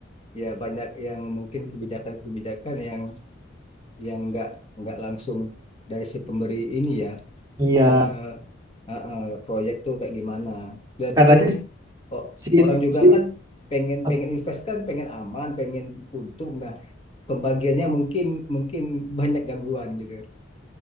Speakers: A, on the left (about 30°); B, on the right (about 20°).
A: Ya banyak yang mungkin kebijakan-kebijakan yang yang nggak nggak langsung dari si pemberi ini ya.
B: Iya,
A: Ya uh, uh, proyek tuh kayak gimana. Dan
B: katanya
A: tuh o-
B: si
A: orang juga
B: si
A: kan pengen
B: ap-
A: pengen invest kan pengen aman pengen untung nah pembagiannya mungkin mungkin banyak gangguan gitu